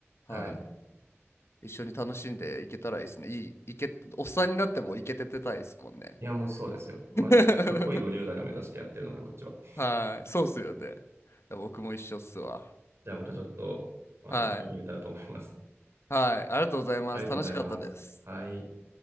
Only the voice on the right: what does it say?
はい。
いや、もうそうですよ。
まあ、かっこいい50代を目指してやってるので、こっちは。
じゃあまたちょっと、あの、
広げたいと思います。
ありがとうございます。
はい。